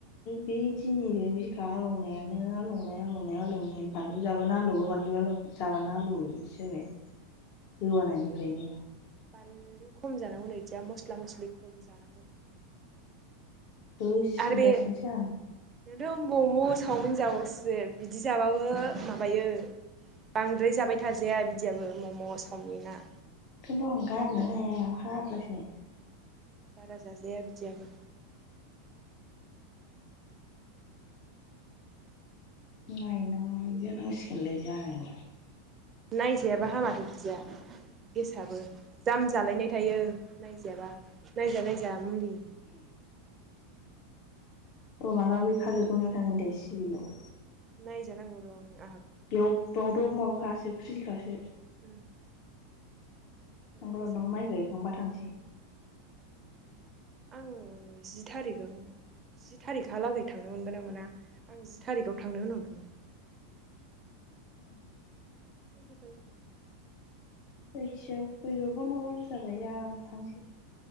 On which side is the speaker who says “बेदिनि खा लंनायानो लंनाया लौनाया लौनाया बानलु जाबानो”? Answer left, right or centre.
Left